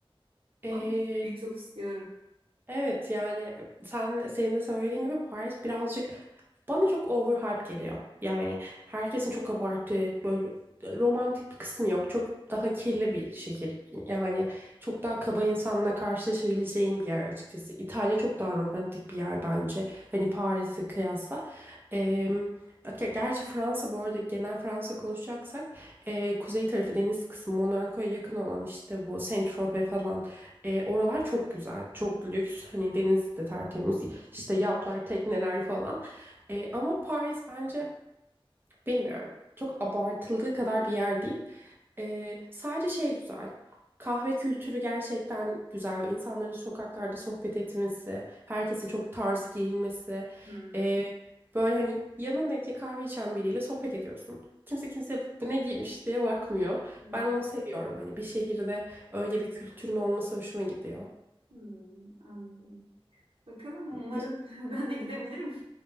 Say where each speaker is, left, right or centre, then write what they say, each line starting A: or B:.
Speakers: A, on the right; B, on the right.
A: Ee,
B: Ama gitmeyi çok istiyorum.
A: Evet yani sen senin de söylediğin gibi Paris birazcık bana çok overhype geliyor. Yani herkesin çok abartı, böyle e, romantik bir kısmı yok. Çok daha kirli bir şehir. Yani çok daha kaba insanla karşılaşabileceğim bir yer açıkçası. İtalya çok daha romantik bir yer bence. Hani Paris'i kıyasla. Ee, ge- gerçi Fransa bu arada genel Fransa konuşacaksak e, kuzey tarafı deniz kısmı Monaco'ya yakın olan işte bu Saint-Tropez falan e, oralar çok güzel. Çok lüks. Hani deniz de tertemiz. işte yatlar, tekneler falan. E, ama Paris bence bilmiyorum. Çok abartıldığı kadar bir yer değil. E, sadece şey güzel. Kahve kültürü gerçekten güzel. Böyle İnsanların sokaklarda sohbet etmesi, herkesin çok tarz giyinmesi.
B: Hmm,
A: E, böyle hani yanındaki kahve içen biriyle sohbet ediyorsun. Kimse kimse bu ne giymiş diye bakmıyor.
B: hmm,
A: Ben onu seviyorum. Hani bir şehirde öyle bir kültürün olması hoşuma gidiyor.
B: hmm, anladım. Bakalım umarım
A: Te-
B: <laughs> ben de gidebilirim.